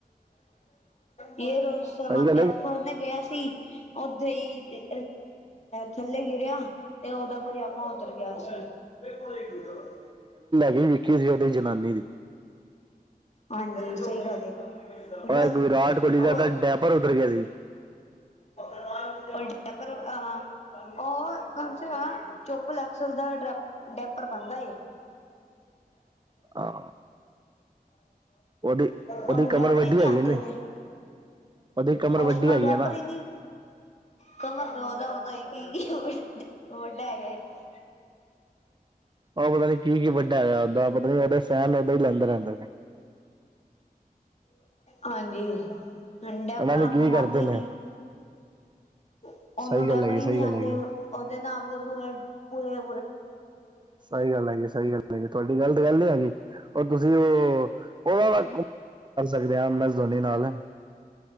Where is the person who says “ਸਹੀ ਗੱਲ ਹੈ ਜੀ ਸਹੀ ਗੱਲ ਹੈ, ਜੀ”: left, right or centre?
Right